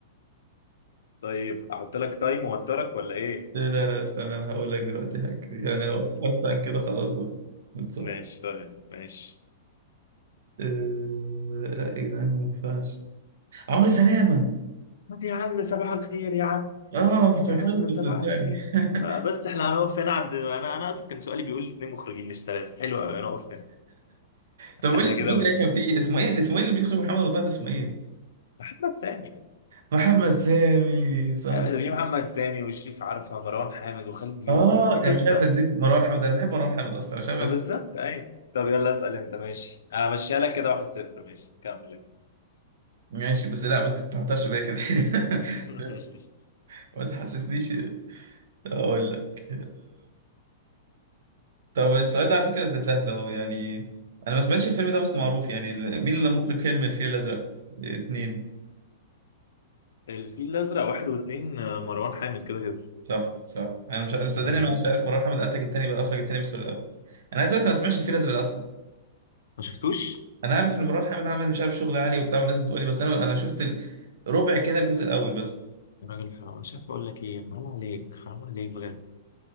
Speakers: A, on the left; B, on the right.
A: طيب أحط لك تايم وأوترك ولا إيه؟
B: لا لا لا، استنى انا هقول لك دلوقتي حاجة يعني لو اتفرجت عن كده خلاص بقى متصور
A: ماشي طيب ماشي
B: أه... لا يا جدعان ما ينفعش عمرو سلامة
A: طب يا عم صباح الخير يا عم
B: اه افتكرته
A: يا عم صباح
B: صدقني
A: الخير
B: <laughs>
A: آه بس احنا هنقف هنا عند أنا أنا أصلا كان سؤالي بيقول لي اتنين مخرجين مش تلاتة حلو أوي نقف هنا
B: طب قول
A: احنا
B: لي
A: كده
B: محمد
A: وقف
B: ده كان فيه اسمه ايه اللي اسمه ايه اللي بيخرج محمد رمضان ده اسمه ايه؟
A: محمد سامي
B: محمد سامي صح
A: يا عم ده في محمد سامي وشريف عرفة مروان حامد وخالد يوسف
B: اه
A: وفي
B: انا
A: قصة
B: مش عارف نسيت مروان حامد انا بحب مروان حامد اصلا مش عارف
A: ما
B: أنسى.
A: بالظبط ايوه طب يلا اسال انت ماشي همشيها لك كده واحد صفر ماشي كمل انت
B: ماشي بس لا ما تستهترش بيا كده
A: <laughs>
B: <laughs> ما تحسسنيش اقول لك طب السؤال ده على فكرة ده سهل أهو يعني أنا ما سمعتش الفيلم ده بس معروف يعني ال- مين اللي مخرج فيلم الفيل الأزرق؟ اتنين
A: الفيل الازرق واحد واثنين آه، مروان حامد كده كده
B: صح صح أنا مش أنا صدقني
A: مم.
B: أنا مش عارف مرار حامد أنتج التاني بقى أخرج التاني بس ولا الأول أنا عايز أقول لك أنا ما سمعتش الفيل الأزرق أصلا
A: ما شفتوش
B: أنا عارف إن مرار حامد عمل مش عارف شغل عالي وبتاع والناس بتقولي بس أنا أنا شفت ال- ربع كده الجزء الأول بس
A: يا راجل حرام مش عارف اقول لك ايه حرام عليك حرام عليك بجد